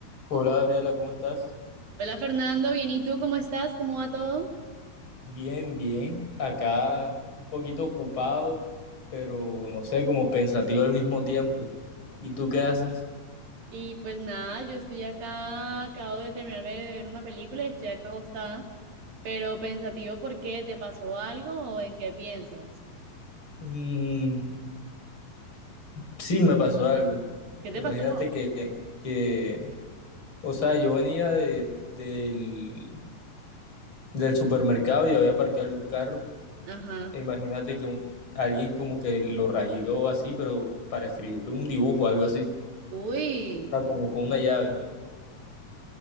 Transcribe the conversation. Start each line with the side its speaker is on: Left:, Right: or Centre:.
Left: Hola Gabriela, ¿cómo estás?
Right: Hola Fernando, bien, ¿y tú cómo estás? ¿Cómo va todo?
Left: Bien, bien. Acá un poquito ocupado, pero no sé, como pensativo al mismo tiempo. ¿Y tú qué haces?
Right: Y pues nada, yo estoy acá, acabo de terminarme de ver una película y estoy acá acostada, pero pensativo ¿por qué? ¿Te pasó algo o en qué piensas?
Left: Mm, sí, me pasó algo.
Right: ¿Qué te
Left: Imagínate
Right: pasó?
Left: que, que o sea, yo venía de, del, del supermercado y había parqueado el carro.
Right: Ajá.
Left: E imagínate que un- alguien como que lo rayó así, pero para escribir un dibujo, algo así.
Right: Uy,
Left: O sea, como con una llave.